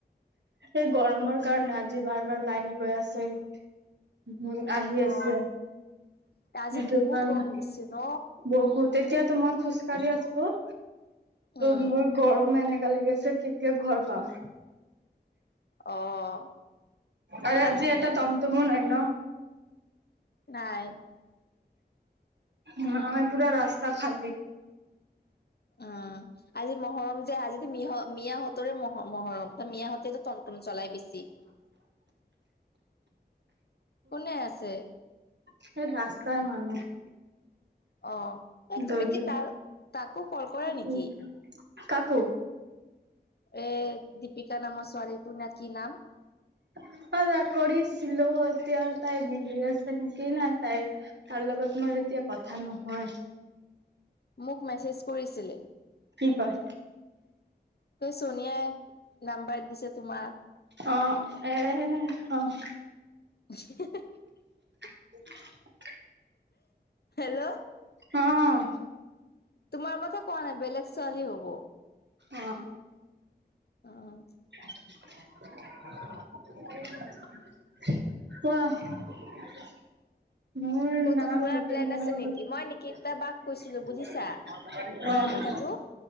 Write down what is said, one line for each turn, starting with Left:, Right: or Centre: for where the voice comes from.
Right: সেই গৰমৰ কাৰণে আজি বাৰ বাৰ লাইন গৈ আছে। উম, আহি আছে
Left: অ
Right: সেইটো
Left: আজি বহুত
Right: কাৰণে
Left: গৰম দিছে ন
Right: বহুতে এতিয়া তো মই খোজকাঢ়ি আছো ত
Left: উম
Right: মোৰ গৰমে এনেকা লাগি আছে কেতিয়া ঘৰ পাম।
Left: অঁ,
Right: আৰু আজি এটা তমটমো নাই ন,
Left: নাই।
Right: হ, ম পুৰা ৰাস্তা খালী।
Left: উম, আজি মহৰম যে আজি মিহ মিয়াহঁতৰে মহ মহৰম। মিয়া হতেতো টনটন চলাই বেছি কোনে আছে?
Right: সেই ৰাস্তাৰ মানুহ
Left: অ, এই তুমি
Right: দৌৰি
Left: কি তাৰ তাকো কল কৰা নেকি?
Right: উ কাকো
Left: এ, দীপিকা নামৰ ছোৱালীটো নে কি নাম?
Right: অ, তাকৰিছিলো এতিয়া তাই বিজি আছে নেকেই নাই তাই তাৰ লগত ম <unintelligible> এতিয়া কথা নহয়।
Left: মোক মেছেজ কৰিছিলে।
Right: কি কয়?
Left: কয়, চনিয়াই নাম্বাৰ দিছে তোমাৰ।
Right: অ', এই অহ।
Left: <inaudible>
Right: <inaudible>
Left: হেল্ল'।
Right: হম।
Left: তোমাৰ কথা কোৱা নাই, বেলেগ ছোৱালী হ'ব।
Right: অহ।
Left: অহ।
Right: অহ। কোৱা? মোৰ নাম এইটো
Left: ক'তো ফুৰাৰ প্লেন আছে নেকি
Right: মোৰ
Left: মই নিকিতা বাক কৈছিলো
Right: অ।
Left: বুজিছা ফুৰাৰ কথাটো